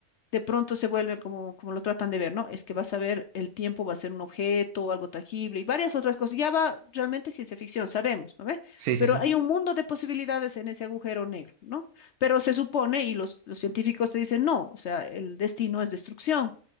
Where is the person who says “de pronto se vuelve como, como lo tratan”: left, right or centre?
Left